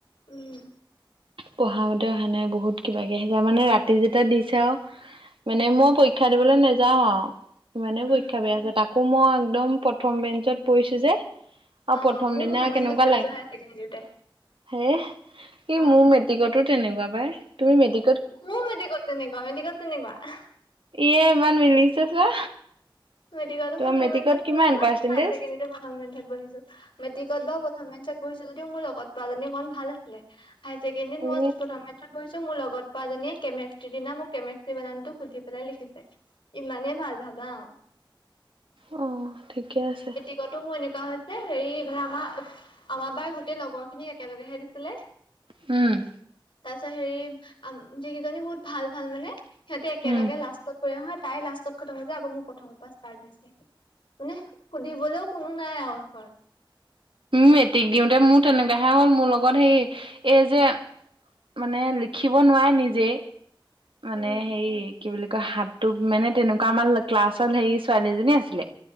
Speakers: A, on the left; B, on the right.
A: উম
B: পঢ়া মতে অহা নাই বহুত কিবা কে মানে ৰাতি যেতিয়া দিছে আৰু মানে মই পৰীক্ষা দিবলৈ নেযাওঁ আৰু ইমানে পৰীক্ষা
A: উম
B: বেয়া হৈছে তাকো মই একদম প্ৰথম বেঞ্চত পৰিছোঁ যে আৰু
A: অ
B: প্ৰথম
A: মোৰ
B: দিনা
A: মেছেজ
B: কেনেকুৱা
A: পৰিছো
B: লাগ
A: হাই ছেকেণ্ডৰীতে।
B: হেহ সি
A: অ
B: মোৰ মেত মেটিকটো তেনেকুৱা পাই তুমি মেটিক
A: মোৰো মেট্ৰিকত তেনেকুৱা মেট্ৰিকত তেনেকুৱা আহ
B: ইয়ে ইমান মিলিছে চোৱা
A: মেট্ৰিকতো
B: তোমাৰ
A: প্ৰথম
B: মেট্ৰিকত
A: বেঞ্চত
B: কিমান
A: পৰিছো
B: পাৰ্চেন্টেজ?
A: হায়াৰ ছেকেণ্ডৰী টো প্ৰথম বেঞ্চত বহিছো মেট্ৰিকত বাও প্ৰথম বেঞ্চত পৰিছো যদিও মোৰ লগত পোৱা জানী কন ভাল আছিলে হায়াৰ ছেকেণ্ডৰীত
B: উ
A: মই প্ৰথমে পিছত বহিছো মোৰ লগ পোৱা জনীয়ে কেমেষ্ট্ৰিৰ দিনা মোক কেমেষ্ট্ৰি বানানটো মোক সুধি পেলাই লিখিছে ইমানে ভাল ভাবা অ
B: অঁ ঠিকে আছে
A: টো মোৰ এনেকুৱা হৈছে হেৰি মানে আমাৰ আমাৰ বাৰ গোটেই লগৰ খিনিক একেলগেহে দিছিলে
B: উম
A: তাৰ পিছত হেৰি আম যিকেইজনী বহুত ভাল ভাল মানে সিহঁতি একেলগে
B: উম
A: লাষ্টত হয় তাই লাষ্টত খটম হৈছে মোৰ প্ৰথমৰ পৰা ষ্টাৰ্ট হৈছে মানে সুধিবলৈও কোনো নাই আৰু ওচৰত
B: মেট্ৰিক দিওঁতে মোৰ তেনেকুৱাহে হ'ল মোৰ লগত হেই এই যে মানে লিখিব নোৱাৰে নিজেই মানে
A: উম
B: হেৰি কি বুলি কয় হাতটো মানে তেনেকুৱা আমাৰ ক্লাছৰ হে ছোৱালীজনী আছিলে